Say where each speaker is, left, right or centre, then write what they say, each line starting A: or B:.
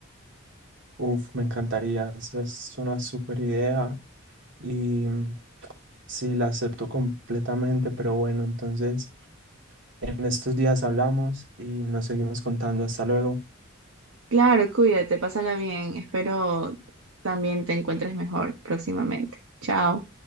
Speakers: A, on the right; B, on the right.
A: Uf, me encantaría. Eso es una super idea. Y Sí, la acepto completamente, pero bueno, entonces en estos días hablamos y nos seguimos contando. Hasta luego.
B: Claro, cuídate, pásala bien. Espero también te encuentres mejor próximamente. Chao.